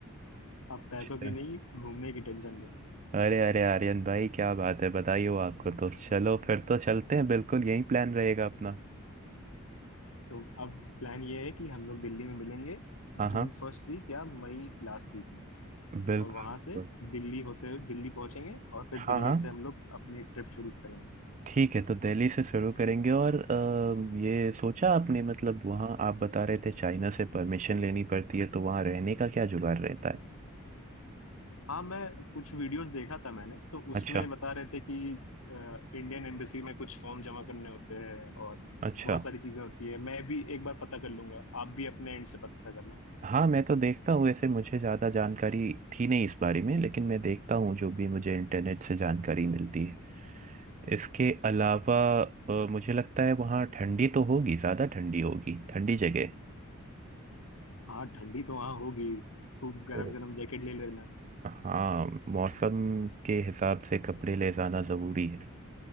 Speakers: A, on the left; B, on the right.
A: अब पैसों की
B: अच्छा।
A: नहीं घूमने की टेंशन लो
B: अरे अरे आर्यन भाई क्या बात है बताइए आपको तो चलो फिर तो चलते हैं बिल्कुल यही प्लान रहेगा अपना
A: तो अब प्लान ये है कि हम लोग दिल्ली में मिलेंगे
B: हाँ हाँ
A: जून फर्स्ट वीक या मई लास्ट वीक में
B: बिल्कुल
A: और वहां
B: बिल्कुल
A: से दिल्ली होते हुए दिल्ली पहुंचेंगे और फिर
B: हाँ
A: दिल्ली
B: हाँ
A: से हम लोग अपनी ट्रिप शुरू करेंगे
B: ठीक है तो दिल्ली से शुरू करेंगे और अ, ये सोचा आपने मतलब वहाँ आप बता रहे थे चाइना से परमिशन लेनी पड़ती है तो वहाँ रहने का क्या जुगाड़ रहता है
A: हाँ मैं कुछ वीडियोस देखा था मैंने तो उसमें
B: अच्छा
A: बता रहे थे कि इंडियन एम्बेसी में कुछ फॉर्म जमा करने होते हैं और
B: अच्छा
A: बहुत सारी चीजें होती है मैं भी एक बार पता कर लूंगा आप भी अपने एंड से पता करना
B: हाँ मैं तो देखता हूँ वैसे मुझे ज़्यादा जानकारी थी नहीं इस बारे में लेकिन मैं देखता हूँ जो भी मुझे इंटरनेट से जानकारी मिलती है इसके अलावा अ, मुझे लगता है वहाँ ठंडी तो होगी ज़्यादा ठंडी होगी ठंडी जगह है।
A: हाँ ठंडी तो वहाँ होगी खूब गरम
B: तो
A: गरम जैकेट ले लेना
B: हाँ मौसम के हिसाब से कपड़े ले जाना ज़रूरी है